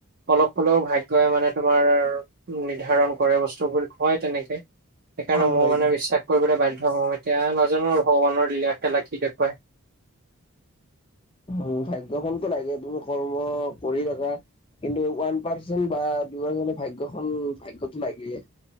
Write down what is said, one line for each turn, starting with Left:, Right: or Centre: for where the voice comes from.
Right: অলপ হ'লেও ভাগ্যই মানে তোমাৰ নিৰ্ধাৰণ কৰে বস্তু বুলি কয় তেনেকে। সেইকাৰণে
Left: হয়
Right: মই
Left: হয়
Right: মানে বিশ্বাস কৰিবলৈ বাধ্য। অহ', এতিয়া নাজানো আৰু ভগৱানৰ লীলা-খেলা কি দেখুওৱাই।
Left: উম, ভাগ্যখনতো লাগে, তুমি কৰ্ম কৰি থাকা। কিন্তু ওৱান পাৰ্চেণ্ট বা দুই পাৰ্চেণ্ট ভাগ্যখন- ভাগ্যটো লাগেই।